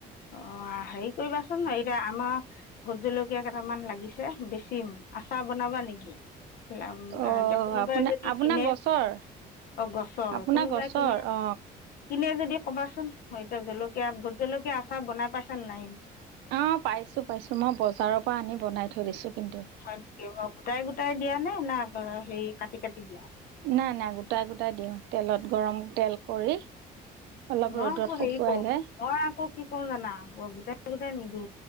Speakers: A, on the left; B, on the right.
A: অঁ, হেৰি কৰিবাচোন, এতিয়া আমাৰ ভোট জলকীয়া কেইটামান লাগিছে বেছিম, আচাৰ বনাবা নেকি। এতিয়া
B: অ
A: কোনোবাই
B: আপোনাৰ
A: যদি
B: আপোনাৰ
A: কিনে,
B: গছৰ
A: অ', গছৰ,
B: আপোনাৰ
A: কোনোবাই
B: গছৰ
A: কিনে
B: অ
A: কিনে যদি কবাচোন, <unintelligible> জলকীয়া ভোট জলকীয়া আছে চাওঁ বনাই পাইছা নাই।
B: অঁ পাইছো পাইছো, মই বজাৰৰ পৰা আনি বনাই থৈ দিছো। কিন্তু
A: হয় নেকি অঁ, গোটাই গোটাই দিয়া নে না হেৰি কাটি- কাটি দিয়া।
B: নাই- নাই গোটাই গোটাই দিওঁ, তেলত গৰম তেল কৰি। অলপ
A: মই
B: ৰ'দত
A: আকৌ
B: শুকুৱাই
A: হেৰি কৰো,
B: লৈ
A: মই আকৌ কি কৰো জানা গোটেই গোটাই নিদু,